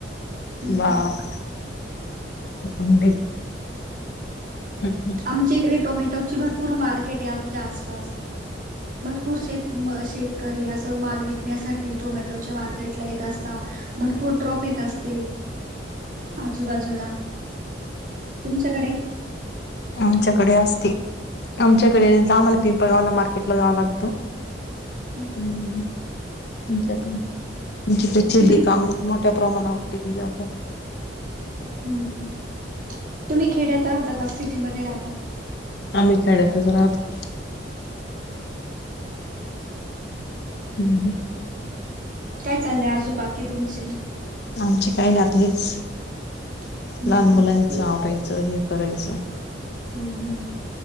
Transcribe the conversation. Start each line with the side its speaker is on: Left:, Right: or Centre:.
Right: हम्म हम्म
Left: बाग, आंबे हम् हं.
Right: आमच्या इकडे टोमॅटोची भरपूर मार्केटे आमच्या आसपास. भरपूर शेत म शेत -करी असं माल विकण्यासाठी टोमॅटोच्या मार्केटला येत असता. भरपूर ट्रॉफिक असते. आजूबाजूला, तुमच्याकडे?
Left: आमच्याकडे असते. आमच्याकडे द आमाला पिंपळगावला मार्केटला जावं लागतं.
Right: हम्म.
Left: तुकड तुमची तर चड्डी
Right: तुम्ही
Left: <unintelligible> प्रमाणावर केली जाताय.
Right: हम्म हम्म, तुम्ही खेड्यात राहता का सिटीमध्ये राहता?
Left: आम्ही खेड्यातच राहतो. हम्म हम्.
Right: काय चाललंय आजू बाकी तुमच?
Left: आमची काय नाय आता हेच
Right: हम्म
Left: लहान
Right: हम्म
Left: मुलांचं आवरायचं हे करायचं.
Right: हम्म हम्म,